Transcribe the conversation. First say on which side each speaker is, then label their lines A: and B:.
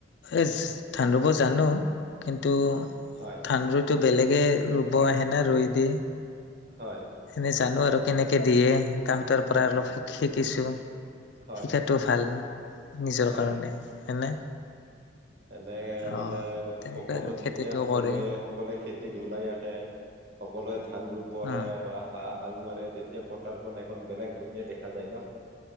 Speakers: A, on the left (about 65°); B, on the right (about 55°).
A: এচ ধান ৰুব জানো। কিন্তু,
B: হয়
A: ধান ৰুইটো বেলেগে ৰুব আহে নে ৰুই দিয়ে।
B: হয়।
A: এনে জানো আৰু কেনেকে দিয়ে। তাহাঁতৰ পৰা
B: হয়
A: অলপ শিক শিকিছোঁ,
B: হয়
A: শিকাটো ভাল। নিজৰ
B: হয়
A: কাৰণে হয়নে।
B: এনেকে মানে
A: অ তেনেকুৱাই
B: পপোবা
A: আৰু খেতিটো
B: যেতিয়া সকলোৱে
A: কৰে
B: হ'ব সকলোৱে খেতিত ওলাই আহে, সকলোৱে ধান ৰুব আহে
A: অ
B: বা হা হাল মাৰে, তেতিয়া পথাৰখন এখন বেলেগ ধুনীয়া দেখা যায় ন?